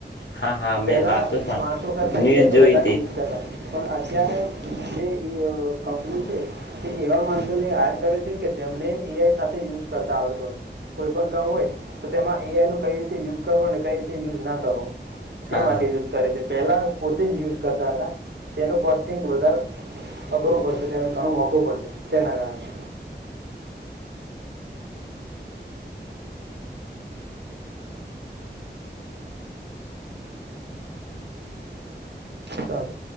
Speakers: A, on the left; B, on the right.
A: હા હા
B: પેલા
A: મેં વાતો સા
B: માણસો કરતા
A: ન્યૂઝ
B: એઆઈ
A: જોઈ
B: નો વધારે
A: હતી
B: યુઝ કર. પણ આજ. અ્યારે જે કંપની છે તે એવા માણસોને હાયર કરે છે કે જેમને એઆઈ સાથે યુઝ કરતા આવડતો હોય કોઈ પણ કામ હોય તો તેમાં એઆઈ નો કઈ રીતે યુઝ કરવો કઈ રીતે યુઝ ના કરવો. તે
A: હા
B: માટે
A: હા
B: યુઝ કરે છે. પહેલાં પોતે જ યુઝ કરતા હતા. તેને કો. બધર. અઘરોબર છે ત્યા. મોવું પડશે તેના કાર છે. ચાલું.